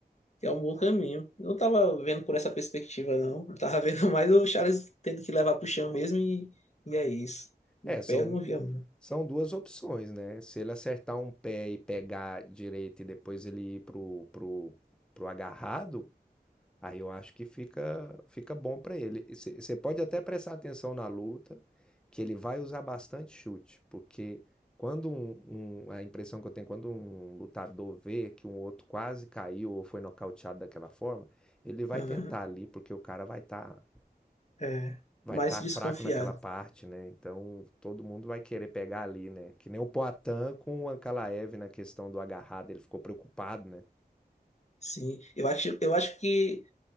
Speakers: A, on the left; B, in the centre.
A: que é um bom caminho. Eu não tava vendo por essa perspectiva, não. Eu tava vendo <laughs> mais o Charles tendo que levar pro chão mesmo e, e é isso. Em
B: É,
A: pé
B: são
A: eu não via muito.
B: São duas opções, né? Se ele acertar um pé e pegar direito e depois ele ir pro, pro, pro agarrado, aí eu acho que fica, fica bom para ele. Você pode até prestar atenção na luta, que ele vai usar bastante chute, porque quando um, um- a impressão que eu tenho, quando um lutador vê que um outro quase caiu ou foi nocauteado daquela forma, ele vai
A: Aham,
B: tentar ali, porque o cara vai estar
A: é.
B: vai
A: Mais
B: estar
A: desconfiado.
B: fraco naquela parte, né? Então todo mundo vai querer pegar ali, né? Que nem o Poatan com o Ankalaev na questão do agarrado, ele ficou preocupado, né?
A: Sim. Eu acho, eu acho que,